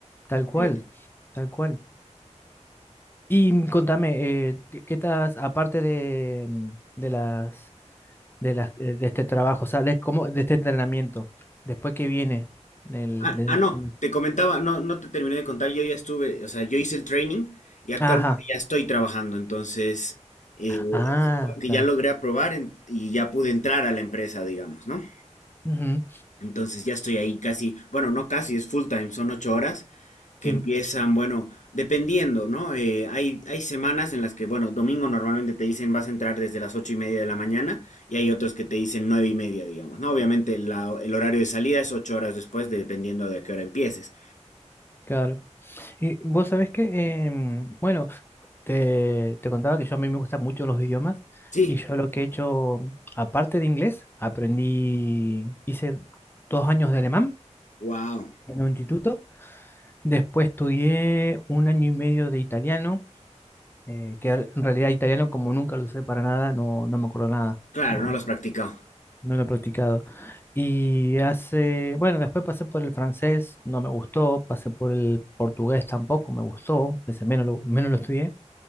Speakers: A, on the left (about 20°); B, on the left (about 85°).
A: tal cual,
B: Fíjate.
A: tal cual. Y mm, contame, eh, ¿qué, qué estás, aparte de, mm, de las, de las, eh, de este trabajo, o sea, de cómo, de este entrenamiento, después que viene, del,
B: Ah,
A: de-
B: ah, no,
A: mm,
B: te comentaba, no, no te terminé de contar, yo ya estuve, o sea, yo hice el training y actualmente
A: ajá,
B: ya estoy trabajando, entonces, eh,
A: ah,
B: es como que
A: claro,
B: ya logré aprobar en- y ya pude entrar a la empresa, digamos, ¿no?
A: ujú,
B: Entonces ya estoy ahí casi, bueno, no casi, es full time, son ocho horas que
A: sí,
B: empiezan, bueno, dependiendo, ¿no? Eh, hay, hay semanas en las que, bueno, domingo normalmente te dicen vas a entrar desde las ocho y media de la mañana y hay otros que te dicen nueve y media, digamos, ¿no? Obviamente la- el horario de salida es ocho horas después, dependiendo de a qué hora empieces.
A: claro. Y vos sabés que, em, bueno, te, te contaba que yo a mí me gustan mucho los idiomas
B: Sí,
A: y yo lo que he hecho, aparte de inglés, aprendí, hice dos años de alemán
B: wow,
A: en un instituto Después estudié un año y medio de italiano, eh, que en realidad italiano como nunca lo usé para nada, no, no me acuerdo nada,
B: claro,
A: no,
B: no lo has practicado.
A: no lo he practicado. Y hace, bueno, después pasé por el francés, no me gustó, pasé por el portugués tampoco me gustó, ese menos lo, menos lo estudié.